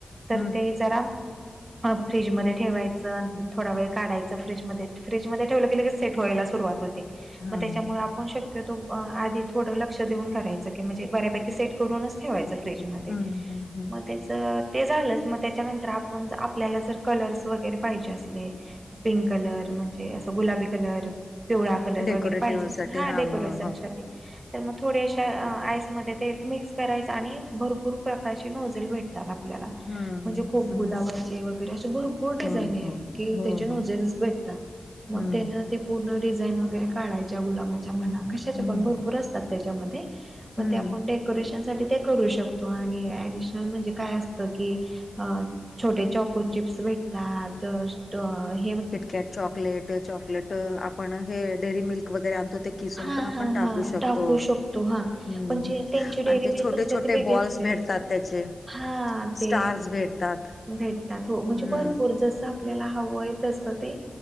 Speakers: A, on the right; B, on the left.
A: तर
B: हम्म
A: ते जरा आ फ्रीजमध्ये ठेवायचं थोडा वेळ काढायचं फ्रीजमध्ये फ्रीजमध्ये ठेवलं की लगेच सेट व्हायला सुरुवात हो
B: हा
A: मग त्याच्यामुळे
B: हा
A: आपण शक्यतो आधी थोड लक्ष देऊन करायच की म्हणजे बऱ्या पैकी सेट करूनच ठेवायचं फ्रिज मध्ये
B: हम्म हम्म हम्म
A: मग ते तर ते झालंच मग त्याच्यानंतर आपुण आपल्याला जर कलर्स वगैरे पाहिजे असले पिंक कलर म्हणजे असं गुलाबी कलर पिवळा कलर
B: डेकोरेटिव्ह
A: वगैरे पाहिजे असे
B: साठी
A: हा डेकोरेशन
B: हो हो
A: साठी तर मग थोड्या अशा आईसमध्ये ते मिक्स करायचं आणि भरपूर प्रकारची नोझेल भेट तर आपल्याला
B: हम्म
A: म्हणजे खूप
B: हम्म
A: गुलाबांची वग तर असे भरपुर डिजाईनी
B: हो
A: आहेत
B: हो
A: की
B: हो
A: त्याचे नोझेल्स
B: हो
A: भेटतात मग
B: हम्म
A: त्यानं ते पूर्ण डिझाईन वगैरे काढायच्या गुलाबाच्या म्हना कशाच्या
B: हम्म
A: पण भरपूर असतात त्याच्यामध्ये. मग
B: हम्म
A: ते आपण डेकोरेशन साठी ते करू शकतो आणि ऍडिशनल म्हणजे काय असत की अं छोटे चॉकोचिप्स भेटतात <unintelligible>
B: किटकॅट चॉकलेट, चॉकलेट आपण हे डेरीमिल्क वगैरे आणतो ते किसून
A: हा
B: पण आपण
A: हा
B: टाकू
A: हा
B: शकतो.
A: शकतो हा.
B: हंम्म
A: पण जे त्यांची डेअरी
B: आणि ते
A: मिल्क
B: छोटे
A: असते
B: छोटे
A: ते वेगळी
B: बॉल्स
A: असते
B: भेटतात. त्याचे
A: हा ते
B: स्टार्स भेटतात
A: भेटतात हो म्हणजे
B: हम्म.
A: भरपूर जसा आपल्याला हवयं तस ते